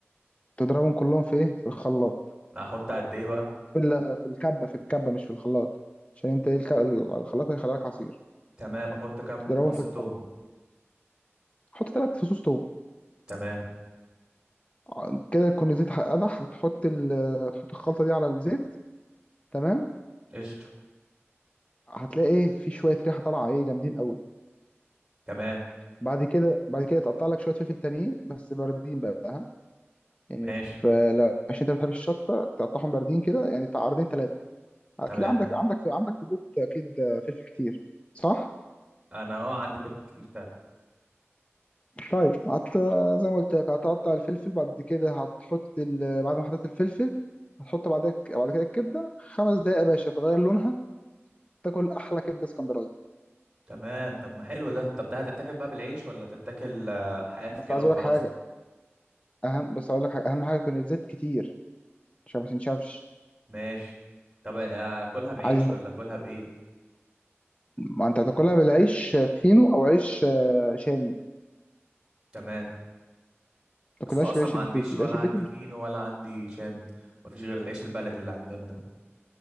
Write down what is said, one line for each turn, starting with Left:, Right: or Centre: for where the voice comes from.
Left: تضربهم كلهم في ايه في الخلاط
Right: احط قد ايه بقى
Left: في ال- في الكبه في الكبه مش في الخلاط عشان انت ايه الك- الخلاط هيخلي لك عصير
Right: تمام احط كام
Left: تضربهم
Right: فص
Left: في الكبه
Right: توم
Left: حط ثلاث فصوص توم
Right: تمام
Left: ع- كده يكون الزيت ح- قدح هتحط ال... هتحط الخلطه دي على الزيت تمام
Right: قشطة
Left: هتلاقي ايه في شويه ريحه طالعه ايه جامدين قوي
Right: تمام
Left: بعد كده بعد كده تقطع لك شويه فلفل تانيين بس باردين بقى ها يعني
Right: ماشي
Left: فلو عشان انت ما بتحبش الشطه تقطعهم باردين كده يعني بتاع قرنين ثلاثه هتلاقي
Right: تمام
Left: عندك عندك في عندك في البيت اكيد فلفل كتير صح
Right: انا اه عندي فلفل كتير فعلا
Left: طيب هت زي ما قلت لك هتقطع الفلفل بعد كده هتحط ال... بعد ما حطيت الفلفل هتحط بعدك بعد كده الكبده خمس دقايق يا باشا تغير لونها تاكل احلى كبده اسكندراني
Right: تمام طب ما حلو ده طب ده هتتاكل بقى بالعيش ولا تتاكل آه، حاف
Left: بس
Right: كده
Left: عايز
Right: وخلاص
Left: اقول لك حاجه اهم بس اقول لك حاجه اهم حاجه يكون الزيت كتير عشان ما تنشفش
Right: ماشي طب آه، اكلها بعيش
Left: عايز
Right: ولا اكلها بايه
Left: ما انت هتاكلها بالعيش فينو او عيش آه، شامي ما
Right: تمام
Left: تاكلهاش
Right: بس هو اصلا
Left: بالعيش
Right: ما عنديش
Left: البيتي
Right: ولا
Left: العيش
Right: عندي
Left: البيتي مش-
Right: فينو ولا عندي شامي مفيش غير العيش البلدي اللي عندنا ده